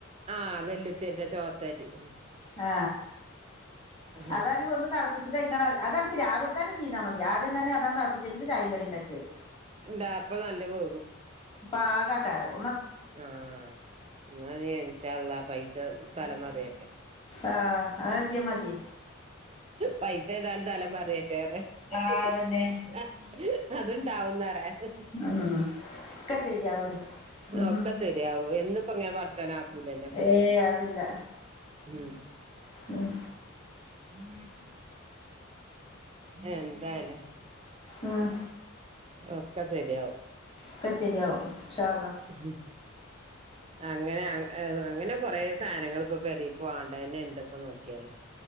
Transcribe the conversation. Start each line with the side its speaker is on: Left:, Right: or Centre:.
Right: ആഹ് നെല്ലുത്തരിടെ ചോത്തരി ഉം
Left: ആ
Right: ഉം.
Left: അതാണെങ്കി ഒന്ന് തെള <unintelligible> അതമുക്ക് രാവിലെത്തേന് ചെയ്താൽ മതി ആദ്യം തന്നെ അതങ്ങു തിളപ്പിച്ച വച്ചിട്ട് ചായും കടി ഉണ്ടാക്കിയ മതി
Right: ന്താ അപ്പൊ നല്ല പോ
Left: പാഗാ തരും
Right: ആ എന്നാനിച്ചള്ളാ പൈസ തലമറിയൊക്കെ
Left: ആഹ് ആആഴ്‌ചേമതി
Right: പൈസ ഏതാലും തലമറിയട്ടെന്നെ <unintelligible>
Left: ആഹ് അതന്നെ
Right: അ അതുണ്ടാവുന്നറേ <inaudible>
Left: ഉം ഒക്കെ ശരിയാവടി ഉം
Right: ഒക്കെ ശരിയാവും എന്നിപ്പോങ്ങനെ പടച്ചോന ഉലല്ല
Left: ഏയ് അതില്ല
Right: ഉം <inaudible>
Left: ഉം
Right: <inaudible> എന്താലെ
Left: ഉം
Right: ഒക്ക ശരിയാവും
Left: ഒക്കെ ശരിയാവും ഇൻഷാ അള്ളാ
Right: ഉം അങ്ങനെ അങ്ങേ ഏഹ് ത് അങ്ങനെ കൊറേ സാധനങ്ങൾ ഇപ്പൊ പെരക്ക് വാങ്ങണ്ടെ <unintelligible> ഇപ്പൊ നോക്കിയാലേ